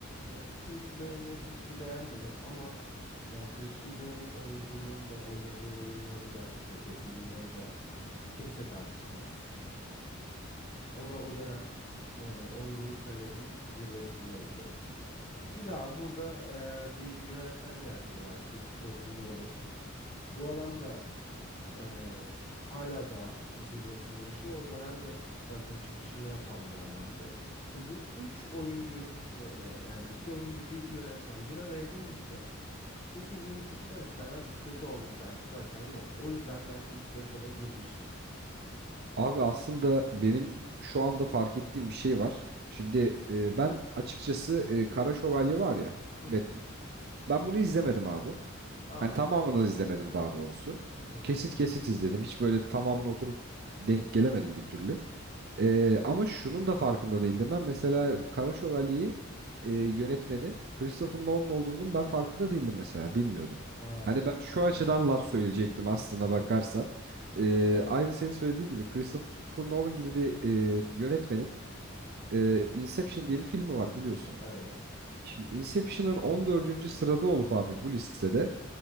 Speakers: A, on the left; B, on the right.
A: e, kimisi beğeniyor, kimisi beğenmiyor ama yani Christian Bale'ın oyunculuğunu da oynadığı oyunları da işte şey filmleri de kimse tartışmaz. O da o dönem e, oyunculuk kariyerinin zirvesindeydi. Bir daha burada e, bir yönetmen gerçeği var. Christopher Nolan. Bu adam da e, hala daha zirvesini yaşıyor. O dönemde zaten çıkışını yapan bir adamdı. Şimdi bu üç oyuncu ve e, yani iki oyuncu bir yönetmen bir araya gelince bu filmin ister istemez kötü olma şansı zaten yok. O yüzden bence ilk beşe de girmiştir.
B: Abi aslında benim şu anda fark ettiğim bir şey var. Şimdi e, ben açıkçası e, Kara Şövalye var ya
A: Hı hı.
B: Batman. Ben bunu izlemedim abi.
A: Aa.
B: Ben tamamını izlemedim daha doğrusu.
A: Hı hı.
B: Kesit kesit izledim. Hiç böyle tamamını oturup denk gelemedim bir türlü. Ee, ama şunun da farkında değildim. Ben mesela Kara Şövalye'yi e, yönetmeni Christopher Nolan olduğunun ben farkında değildim mesela. Bilmiyordum.
A: Ha.
B: Hani ben şu açıdan laf söyleyecektim aslında bakarsan. Ee, aynı senin söylediğin gibi Christopher Nolan gibi bir e, yönetmenin e, Inception diye bir filmi var biliyorsun.
A: Evet.
B: Şimdi Inception'ın on dördüncü sırada olup abi bu listede